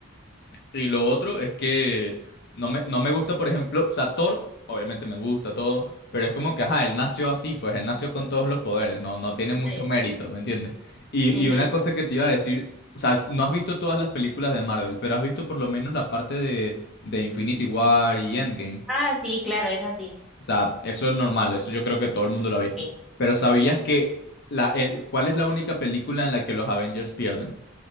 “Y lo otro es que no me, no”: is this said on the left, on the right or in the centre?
Left